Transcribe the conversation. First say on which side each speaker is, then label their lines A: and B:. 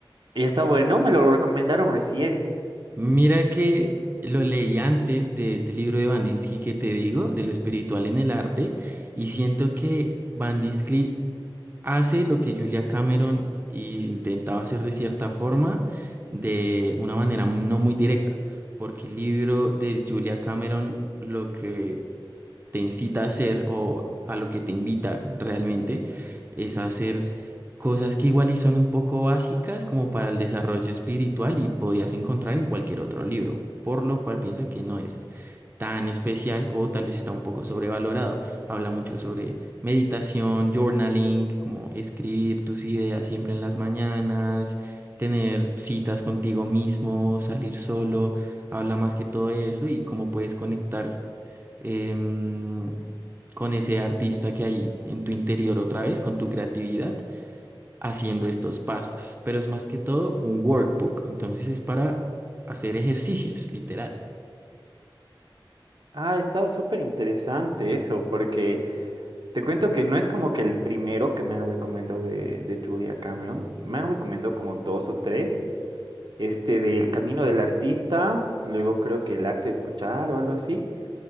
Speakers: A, on the right; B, on the right.
A: Y está bueno, me lo recomendaron recién.
B: Mira que lo leí antes de este libro de Bandinsky que te digo, de lo espiritual en el arte, y siento que Bandinsky hace lo que Julia Cameron intentaba hacer de cierta forma, de una manera no muy directa, porque el libro de Julia Cameron lo que te incita a hacer o a lo que te invita realmente es a hacer cosas que igual y son un poco básicas como para el desarrollo espiritual y podrías encontrar en cualquier otro libro, por lo cual pienso que no es tan especial o tal vez está un poco sobrevalorado. Habla mucho sobre meditación, journaling, como escribir tus ideas siempre en las mañanas, tener citas contigo mismo, salir solo, habla más que todo eso y cómo puedes conectar. em, con ese artista que hay en tu interior otra vez, con tu creatividad haciendo estos pasos, pero es más que todo un workbook, entonces es para hacer ejercicios, literal.
A: Ah, está súper interesante eso, porque te cuento que no es como que el primero que me han recomendado de, de Julia Cameron, me han recomendado como dos o tres. este del camino del artista, luego creo que el arte de escuchar o algo así.